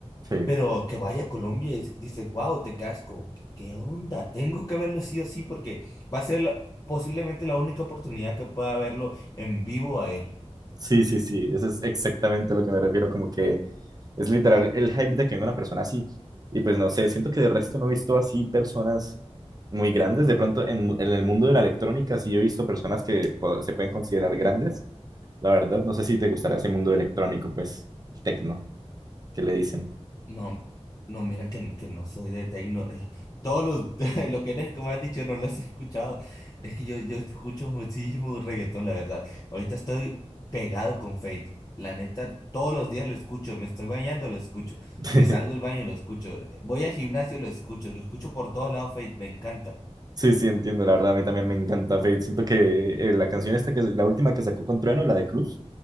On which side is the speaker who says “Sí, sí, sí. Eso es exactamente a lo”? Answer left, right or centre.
Right